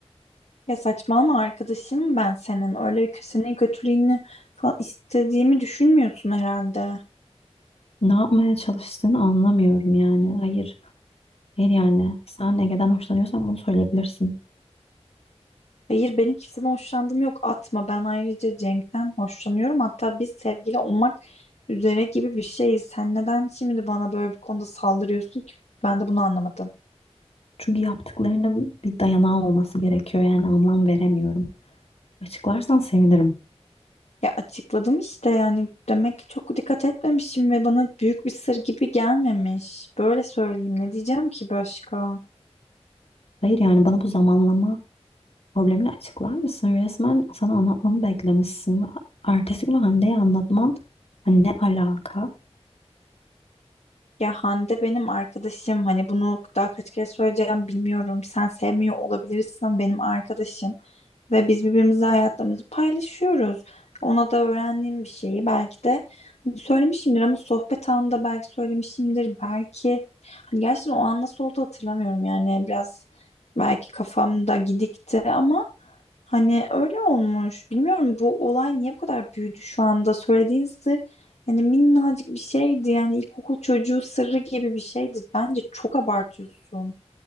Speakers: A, on the left; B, on the left.
A: Ya saçmalama arkadaşım ben senin. Öyle kö- senin kötülüğünü falan istediğimi düşünmüyorsun herhalde.
B: Ne yapmaya çalıştığını anlamıyorum yani. Hayır. Hayır yani. Sen Ege'den hoşlanıyorsan bunu söyleyebilirsin.
A: Hayır benim kimseden hoşlandığım yok atma ben ayrıca Cenk'ten hoşlanıyorum hatta biz sevgili olmak üzere gibi bir şeyiz sen neden şimdi bana böyle bir konuda saldırıyorsun ki ben de bunu anlamadım.
B: Çünkü yaptıklarının bir dayanağı olması gerekiyor yani anlam veremiyorum. Açıklarsan sevinirim.
A: Ya açıkladım işte yani demek ki çok dikkat etmemişim ve bana büyük bir sır gibi gelmemiş böyle söyleyeyim ne diyeceğim ki başka?
B: Hayır yani bana bu zamanlama problemini açıklar mısın? Resmen sana anlatmamı beklemişsin. ve Ertesi günü Hande'ye anlatman hani ne alaka?
A: Ya Hande benim arkadaşım hani bunu daha kaç kere söyleyeceğim bilmiyorum sen sevmiyor olabilirsin ama benim arkadaşım. Ve biz birbirimizle hayatlarımızı paylaşıyoruz. Ona da öğrendiğim bir şeyi belki de hani söylemişimdir ama sohbet anında belki söylemişimdir. Belki hani gerçekten o an nasıl oldu hatırlamıyorum yani biraz belki kafamda gidikti ama hani öyle olmuş. Bilmiyorum bu olay niye bu kadar büyüdü şu anda. Söylediğin sır yani minnacık bir şeydi yani ilkokul çocuğu sırrı gibi bir şeydi. Bence çok abartıyorsun.